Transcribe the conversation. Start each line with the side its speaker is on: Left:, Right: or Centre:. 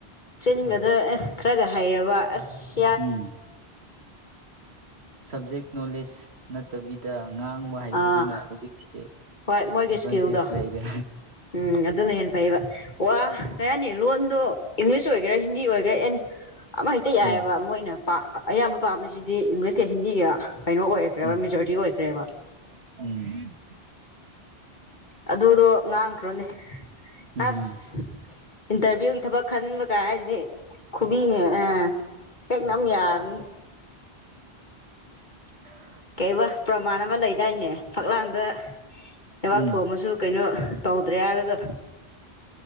Left: ꯆꯅꯤꯡꯒꯗ
Right: ꯎꯝ
Left: ꯈꯔꯒ ꯍꯩꯔꯕ ꯑꯁ
Right: ꯎꯝ ꯁꯕꯖꯦꯛ ꯅꯣꯂꯦꯖ ꯅꯠꯇꯕꯤꯗ ꯉꯥꯡꯕ ꯍꯩꯕꯗꯨꯅ
Left: ꯑꯥ
Right: ꯍꯧꯖꯤꯛꯁꯦ
Left: ꯍꯣꯏ ꯃꯣꯏꯒꯤ
Right: ꯑꯦꯗꯚꯥꯟꯇꯦꯖ
Left: ꯏꯁꯀꯤꯜꯗꯣ
Right: ꯂꯩꯔꯦ
Left: ꯎꯝ ꯑꯗꯨꯅ ꯍꯦꯟꯅ ꯐꯩꯌꯦꯕ ꯋꯥ ꯀꯌꯥꯅꯤ ꯂꯣꯟꯗꯣ ꯏꯪꯂꯤꯁ ꯑꯣꯏꯒꯦꯔꯥ ꯍꯤꯟꯗꯤ ꯑꯣꯏꯒꯦꯔꯥ ꯑꯦꯟ ꯑꯃ ꯍꯦꯛꯇ ꯌꯥꯏꯑꯕ
Right: ꯎꯝ
Left: ꯃꯣꯏꯅ ꯑꯌꯥꯝꯕ ꯄꯥꯝꯕꯁꯤꯗꯤ ꯏꯪꯂꯤꯁꯀ ꯍꯤꯟꯗꯤꯒ ꯀꯩꯅꯣ ꯑꯣꯏꯈ꯭ꯔꯦꯕ
Right: ꯎꯝ
Left: ꯃꯦꯖꯣꯔꯤꯇꯤ ꯑꯣꯏꯈ꯭ꯔꯦꯕ
Right: ꯎꯝ
Left: ꯑꯗꯨꯗꯣ ꯉꯥꯡꯈ꯭ꯔꯣꯅꯦ
Right: ꯎꯝ
Left: ꯑꯁ ꯏꯟꯇꯔꯚꯤꯌꯨꯒꯤ ꯊꯕꯛ ꯈꯟꯅꯤꯡꯕ ꯀꯥꯏ ꯍꯥꯏꯁꯤꯗꯤ ꯈꯨꯕꯤ ꯑ ꯍꯦꯛ ꯉꯝꯃꯦꯌꯥꯝ
Right: ꯑꯗꯨ
Left: ꯀꯩꯧꯕ ꯄ꯭ꯔꯃꯥꯟ ꯑꯃ ꯂꯩꯗꯥꯏꯅꯦ ꯐꯛꯂꯥꯡꯗ ꯂꯩꯕꯥꯛ
Right: ꯎꯝ
Left: ꯊꯣꯡꯃꯁꯨ ꯀꯩꯅꯣ ꯇꯧꯗ꯭ꯔꯦ ꯍꯥꯏꯕꯗꯣ